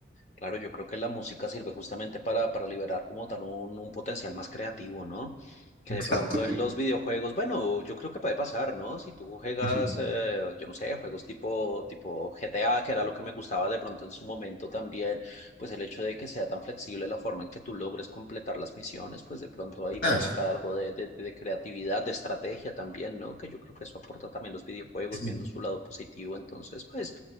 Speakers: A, on the left; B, on the left.
A: Claro, yo creo que la música sirve justamente para, para liberar como tal un, un potencial más creativo, ¿no? Que de
B: Exacto.
A: pronto en los videojuegos, bueno, yo creo que puede pasar, ¿no? Si tú juegas,
B: Ujú.
A: eh, yo no sé, juegos tipo, tipo GTA, que era lo que me gustaba de pronto en su momento también, pues el hecho de que sea tan flexible la forma en que tú logres completar las misiones, pues de pronto ahí
B: Ah,
A: puedas
B: sí.
A: sacar algo de, de, de creatividad, de estrategia también, ¿no? Que yo creo que eso aporta también los videojuegos,
B: Sí,
A: viendo su lado positivo. Entonces, pues...